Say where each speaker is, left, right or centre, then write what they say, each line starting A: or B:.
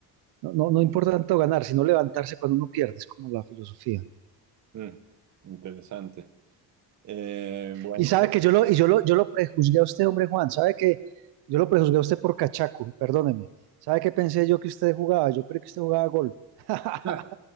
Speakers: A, on the right; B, on the right.
A: no, no, no importa tanto ganar, sino levantarse cuando uno pierde, es como la filosofía.
B: Mm, interesante. Eh, bueno,
A: Y sabe que yo lo, y yo lo, yo lo prejuzgué a usted, hombre Juan, sabe que yo lo prejuzgué a usted por cachaco, perdóneme. ¿Sabe qué pensé yo que usted jugaba? Yo creo que usted jugaba golf. <laughs>
B: <laughs> no,